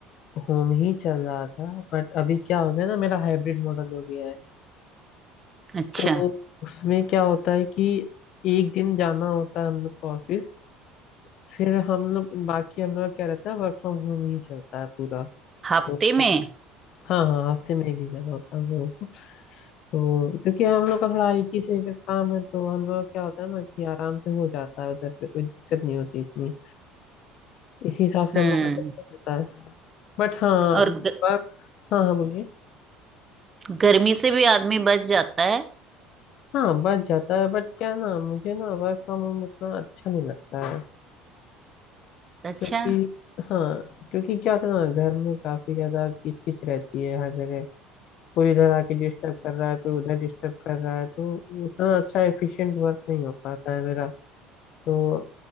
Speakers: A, on the left (about 50°); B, on the right (about 20°).
A: होम ही चल रहा था बट अभी क्या हो गया ना मेरा हाइब्रिड मॉडल हो गया है
B: अच्छा
A: तो उसमें क्या होता है कि एक दिन जाना होता है हम लोग को ऑफिस फिर हम लोग बाकी हम लोग का क्या रहता है वर्क फ्रॉम होम ही चलता है पूरा
B: हफ्ते
A: तो
B: में
A: ऐसा- हाँ हाँ हफ्ते में एक दिन जाना होता है हम लोगों को तो क्योंकि हम लोग का थोड़ा आईटी से रिलेटेड काम है तो हम लोग का क्या होता है ना कि आराम से हो जाता है उधर पे कोई दिक्कत नहीं होती इतनी इसी हिसाब से
B: हम्म
A: हम लोग का बच जाता है बट हाँ
B: और ग,
A: वर्क हाँ हाँ बोलिए
B: गर्मी से भी आदमी बच जाता है
A: हाँ बच जाता है बट क्या ना मुझे ना वर्क फ्रॉम होम उतना अच्छा नहीं लगता है
B: अच्छा
A: क्योंकि हाँ क्योंकि क्या होता है ना घर में काफी ज्यादा किचकिच रहती है हर जगह कोई इधर आके डिस्टर्ब कर रहा है कोई उधर डिस्टर्ब कर रहा है तो उतना अच्छा एफिशिएंट वर्क नहीं हो पाता है मेरा तो